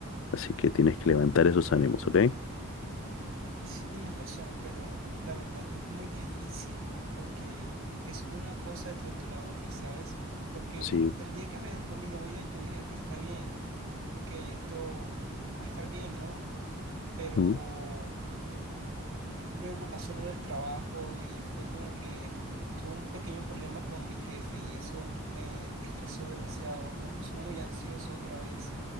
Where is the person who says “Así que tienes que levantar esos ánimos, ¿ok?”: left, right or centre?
Left